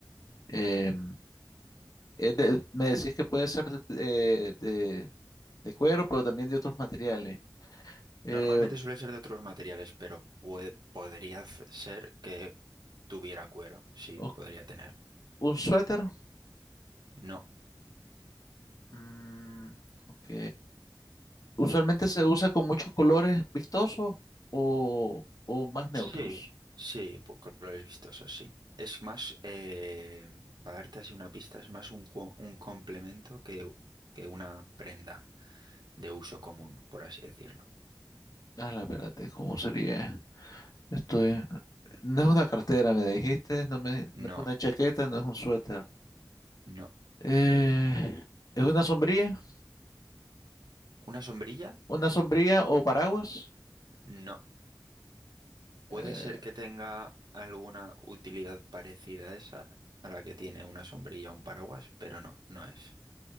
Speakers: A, on the left (about 50°); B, on the right (about 65°).
A: em, es de- me decís que puede ser de, eh, de- de cuero, pero también de otros materiales. Eh,
B: Normalmente suele ser de otros materiales, pero puede, podría c- ser que tuviera cuero. Sí,
A: o-
B: podría tener.
A: ¿un suéter?
B: No.
A: Mm, ok. Usualmente se usa con muchos colores vistosos o, o más neutros.
B: Sí, sí, pues colores vistosos, sí. Es más, eh, para darte así una pista, es más un, cu- un complemento que, que una prenda de uso común, por así decirlo.
A: Ah, la verdad, ¿cómo sería? Esto es- no es una cartera, me dijiste, no, me,
B: No,
A: no es una chaqueta, no es un suéter.
B: no.
A: Eh, ¿es una sombrilla?
B: ¿Una sombrilla?
A: ¿Una sombrilla o paraguas?
B: No. Puede
A: Eh,
B: ser que tenga alguna utilidad parecida a esa, a la que tiene una sombrilla o un paraguas, pero no, no es.